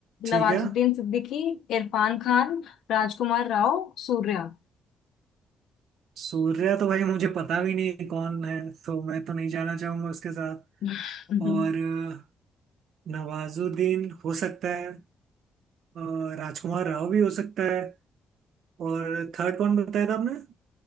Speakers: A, on the right; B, on the left.
A: ठीक
B: नवाजुद्दीन
A: है
B: सिद्दीकी इरफान खान राजकुमार राव सूर्या
A: सूर्या तो भाई मुझे पता भी नहीं कौन है तो मैं तो नहीं जाना चाहूंगा उसके साथ
B: <laughs>
A: और अ, नवाजुद्दीन हो सकता है अ, राजकुमार राव भी हो सकता है और थर्ड कौन बताया था आपने